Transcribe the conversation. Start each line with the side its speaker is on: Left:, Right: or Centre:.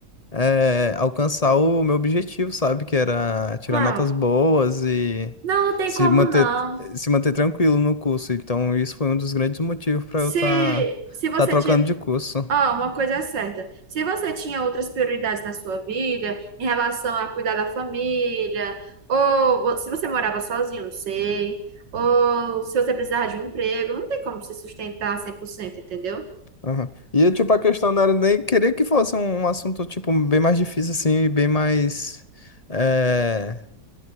Left: é, alcançar o meu objetivo, sabe? Que era tirar
Right: Qual?
Left: notas boas e
Right: Não, não tem
Left: se
Right: como
Left: manter,
Right: não.
Left: se manter tranquilo no curso. Então, isso foi um dos grandes motivos para
Right: Se,
Left: eu estar tá,
Right: se você
Left: tá trocando
Right: tiver.
Left: de curso.
Right: Ó, uma coisa é certa. Se você tinha outras prioridades na sua vida, em relação a cuidar da família, ou ou se você morava sozinho, não sei, ou se você precisava de um emprego, não tem como se sustentar cem por cento entendeu?
Left: Aham. E, tipo, a questão não era nem queria que fosse um assunto, tipo, bem mais difícil, assim, e bem mais. é,